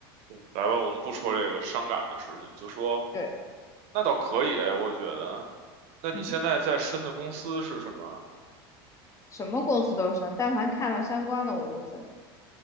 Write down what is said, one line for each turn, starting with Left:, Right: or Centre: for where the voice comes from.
Right: 嗯来吧，我们不说这个伤感的事情，就说
Left: 对，
Right: 那倒可以哎，我觉得。那你现在在深的公司是什么？
Left: 嗯，什么公司都升，但凡看到相关的我就升，